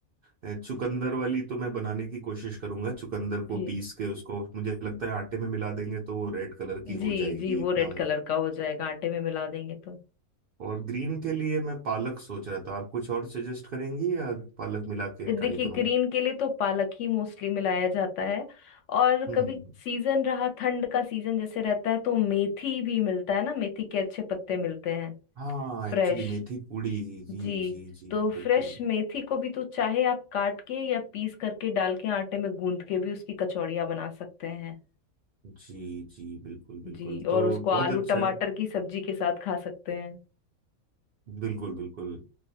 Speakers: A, on the right (about 70°); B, on the left (about 65°).
A: अ, चुकंदर वाली तो मैं बनाने की कोशिश करूंगा चुकंदर
B: जी
A: को पीस के उसको मुझे लगता है आटे में मिला देंगे तो वो रेड कलर की
B: जी
A: हो जाएगी
B: जी वो
A: इतना
B: रेड कलर का हो जाएगा आटे में मिला देंगे तो
A: और ग्रीन के लिए मैं पालक सोच रहा था आप कुछ और सजेस्ट करेंगी या पालक मिला के ट्राई
B: देखिए
A: करूं
B: ग्रीन के लिए तो पालक ही मोस्टली मिलाया जाता है और
A: हम्म
B: कभी
A: हम्म, हम्म।
B: सीजन रहा ठंड का सीजन जैसे रहता है तो मेथी भी मिलता है ना मेथी के अच्छे पत्ते मिलते हैं
A: हाँ एक्चुअली
B: फ्रेश
A: मेथी पूड़ी जी
B: जी
A: जी जी
B: तो
A: बिल्कुल
B: फ्रेश मेथी को भी तो चाहे आप काट के या पीस करके डाल के आटे में गूंद के भी उसकी कचौड़ियाँ बना सकते हैं
A: जी जी बिल्कुल बिल्कुल
B: जी और
A: तो
B: उसको आलू
A: बहुत अच्छा
B: टमाटर
A: है
B: की सब्जी के साथ खा सकते हैं
A: बिल्कुल बिल्कुल